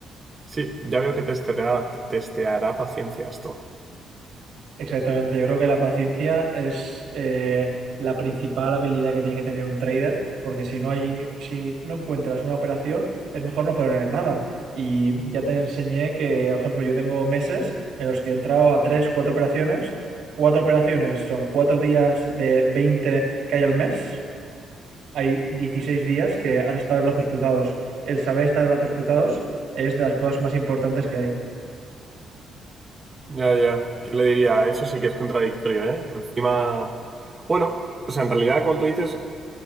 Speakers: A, on the right; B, on the right.
A: Sí, ya veo que te testeará, te testeará paciencia esto.
B: Exactamente, yo creo que la paciencia es eh, la principal habilidad que tiene que tener un trader, porque si no hay, si no encuentras una operación, es mejor no poner nada. Y ya te enseñé que, por ejemplo, yo tengo meses en los que he entrado a 3, 4 operaciones. Cuatro operaciones son cuatro días de 20 que hay al mes. Hay 16 días que has estado de brazos cruzados. El saber estar de brazos cruzados es de las cosas más importantes que hay.
A: Ya, ya. ¿Qué le diría? Eso sí que es contradictorio, ¿eh? Encima. Bueno, o sea, en realidad, cuando tú dices,